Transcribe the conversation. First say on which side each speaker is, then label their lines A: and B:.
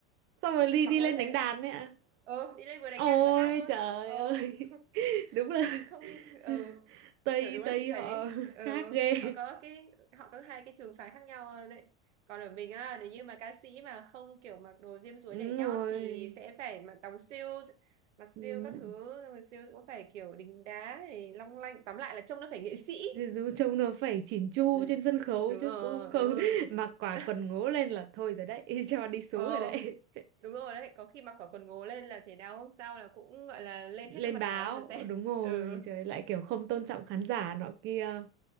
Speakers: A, on the right; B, on the right.
A: xong rồi đi
B: mặc
A: đi
B: mỗi
A: lên
B: thế
A: đánh đàn đấy ạ
B: ờ đi lên vừa đánh
A: ôi
B: đàn vừa hát thôi
A: trời
B: ờ
A: ơi
B: <laughs>
A: <laughs> đúng là
B: không không ừ.
A: <laughs> Tây
B: kiểu đúng là
A: Tây
B: chị thấy
A: họ <laughs>
B: ừ.
A: khác ghê
B: họ có cái họ có hai cái trường phái khác nhau đấy còn ở mình á nếu như mà ca sĩ mà không kiểu mặc đồ diêm dúa
A: đúng
B: nhảy nhót
A: rồi
B: thì sẽ phải mặc đóng siêu mặc
A: đúng.
B: siêu các thứ xong rồi siêu cũng phải kiểu đính đá thì long lanh tóm lại là trông nó phải nghệ sĩ
A: Dù- dù Trông nó phải chỉn chu
B: ừ.
A: trên sân khấu
B: đúng
A: chứ
B: rồi
A: cũng không
B: đúng rồi
A: <laughs> mặc quả
B: <laughs>
A: quần ngố lên là thôi rồi đấy <laughs> cho đi xuống
B: Ồ,
A: rồi đấy
B: đúng rồi đấy, có khi mặc quả quần ngố lên là thể đau hôm sau là cũng gọi là
A: <laughs>
B: lên
A: lên
B: hết các mặt
A: báo
B: báo cho mình xem.
A: đúng
B: <laughs>
A: rồi
B: Ừ.
A: trời ơi, lại kiểu không tôn trọng khán giả nọ kia